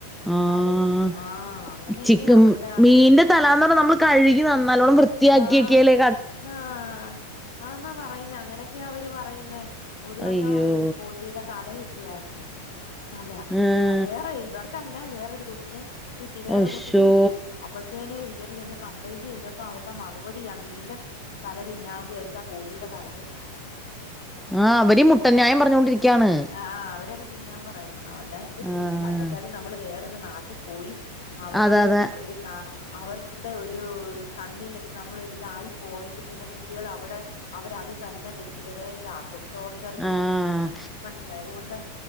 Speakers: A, in the centre; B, on the left (about 55°).
A: ആഹ്
B: തലയും ആഹ് അങ്ങനെയൊക്കെയാ
A: ചിക്കൻ
B: അവരുടെ
A: മീന്റെ തലാന്ന് പറഞ്ഞ നമ്മൾ കഴുകി നന്നല്ലോണ്ണം വൃത്തിയാക്കിയൊക്കെലേ
B: ആഹ് ആഹ് ആന്നാ പറയുന്നേ അങ്ങനെയൊക്കെയ അവര് പറയുന്നേ. ഒരു
A: അയ്യോ
B: വട്ടം കോഴിയുടെ തല കിട്ടിയായിരുന്ന് തല
A: ഉം
B: വേറെ ഇവർക്കല്ല വേറൊരു കൊച്ചിന് കിട്ടി വേറൊരു
A: ഒശ്ശോ
B: കുട്ടിക്ക് കി അപ്പോഴത്തേന് ഇവര് ചെന്ന് കംപ്ലൈന്റ് ചെയ്തപ്പോ അവരുടെ മറുപടിയ ആഹ് മീന്റെ തല <unintelligible> കോഴിയുടെ തലതിന്നാല
A: ആഹ് അവര് മുട്ടൻ ന്യായം പറഞ്ഞൊണ്ടിരിക്കാണ്.
B: ആഹ് അവര തിന്നാൻ പറയണം വല്ല എന്ത് ചെ
A: ആഹ്
B: പിന്നെ വല്ലച്ചാതി നമ്മള് വേറൊരു നാട്ടിൽ പോയി അവരുടെ
A: അതെ അതെ
B: ആഹ് അവരുടെ ഒരു കണ്ണി നമ്മളൊരിതായി പോയെങ്കിൽ പിന്നെ കുട്ടികൾ അവിടെ അവരത് തന്നെ വെച്ച് ഇവരെ ഇതാക്കും ടോർച്ചർ ചെയ്യും
A: ആഹ്
B: മനസ്സിലായതുകൊണ്ട്